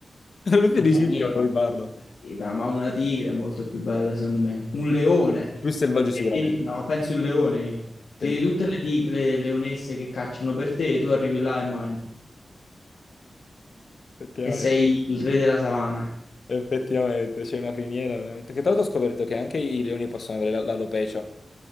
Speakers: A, on the left; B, on the left.
A: <laughs> Lui è felicissimo
B: non fa niente.
A: quando mi parlo.
B: Eh sì, ma ma una tigre è molto più bella, secondo me. Un leone,
A: È più selvaggio
B: che
A: sicuramente.
B: tieni- no, penso il leone io. Tieni
A: Pen-
B: tutte le tigre, le leonesse che cacciano per te, e tu arrivi là e mangi,
A: Effettivamente,
B: e sei il re della savana.
A: effettivamente, c'è una criniera veramente. Che tra l'altro ho scoperto che anche i leoni possono avere la- l'alopecia.